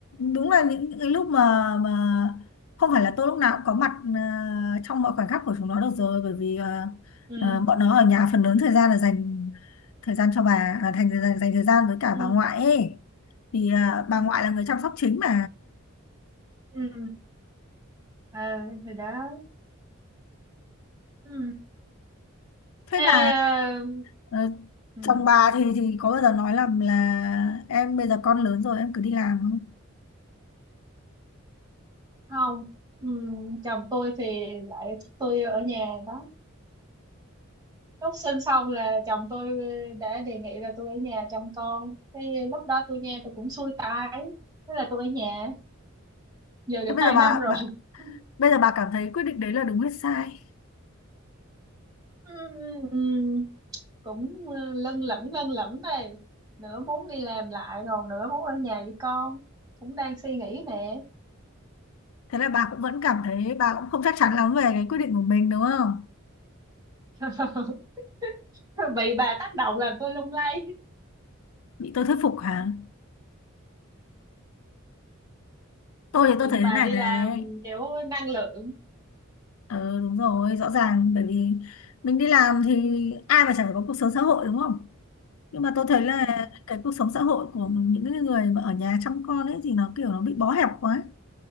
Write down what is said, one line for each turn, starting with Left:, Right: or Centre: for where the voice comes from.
Left: đúng là những cái lúc mà mà không phải là tôi lúc nào cũng có mặt ờ, trong mọi khoảnh khắc của chúng nó được rồi bởi vì ờ,
Right: ừ
Left: ờ, bọn nó ở nhà phần lớn thời gian là dành thời gian cho bà à, thành dành, dành thời gian với cả
Right: ừ
Left: bà ngoại ấy thì à, bà
Right: ừ
Left: ngoại là người chăm sóc chính mà
Right: ừ ờ thì đó ừ
Left: Thế
Right: thế
Left: bà
Right: ờ,
Left: ờ,
Right: ừ
Left: chồng bà thì thì có bao giờ nói là là em bây giờ con lớn rồi em cứ đi làm không?
Right: không ừ chồng tôi thì lại thích tôi ở nhà đó lúc sinh xong là chồng tôi ờ, đã đề nghị là tôi ở nhà chăm con thế lúc đó tôi nghe tôi cũng xui tai thế là tôi ở nhà giờ được
Left: Thế bây
Right: hai
Left: giờ bà,
Right: năm rồi
Left: bà
Right: <laughs>
Left: bây giờ bà cảm thấy quyết định đấy là đúng hay sai?
Right: Ừm, ừm, cũng ờ, lân lẫn lân lẫn đây nửa muốn đi làm lại còn nửa muốn ở nhà với con cũng đang suy nghĩ nè
Left: Thế là bà cũng vẫn cảm thấy bà cũng không chắc chắn lắm về cái quyết định của mình đúng không?
Right: <laughs> bị bà tác động làm tôi lung lay
Left: Bị tôi thuyết phục hả? Tôi thì
Right: nhìn
Left: tôi thấy
Right: bà
Left: thế này
Right: đi
Left: này.
Right: làm kiểu năng lượng
Left: Ờ đúng rồi, rõ ràng bởi vì mình đi làm thì ai mà chẳng phải có cuộc sống xã hội đúng không? Nhưng mà tôi thấy là
Right: Ừm,
Left: cái cuộc sống xã hội của những cái người mà ở nhà chăm con ấy thì nó kiểu nó bị bó hẹp quá